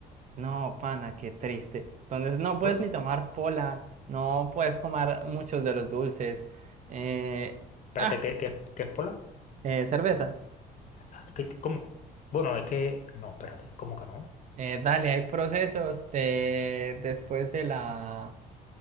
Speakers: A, on the right (about 45°); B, on the left (about 50°).
A: no, pana, qué triste. Entonces no puedes
B: Bueno,
A: ni tomar pola, no puedes comer muchos de los dulces. Eh,
B: espérate,
A: ah,
B: ¿qué, qué, qué es pola?
A: eh, cerveza.
B: Ah, ¿qué- cómo? Bueno, es que... No, espérate, ¿cómo que no?
A: Eh, dale, hay procesos de, después de la